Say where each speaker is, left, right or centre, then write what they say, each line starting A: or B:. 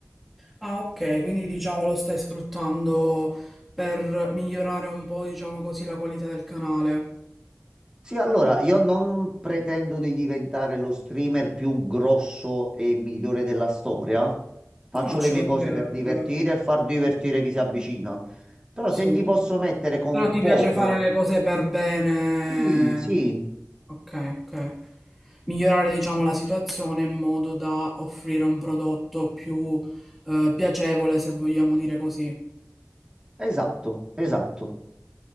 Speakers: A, in the centre; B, on the right (about 20°).
A: Ah, ok, quindi diciamo lo stai sfruttando per migliorare un po', diciamo così, la qualità del canale.
B: Sì, allora, io non pretendo di diventare lo streamer più grosso e migliore della storia. Faccio
A: No, no,
B: le
A: ci
B: mie
A: mancherebbe.
B: cose per divertire e far divertire chi si avvicina. Però
A: Sì.
B: se gli posso mettere con
A: Però ti
B: poco...
A: piace fare le cose per bene.
B: Sì, sì,
A: Ok, ok. Migliorare, diciamo, la situazione in modo da offrire un prodotto più eh, piacevole, se vogliamo dire così.
B: esatto, esatto.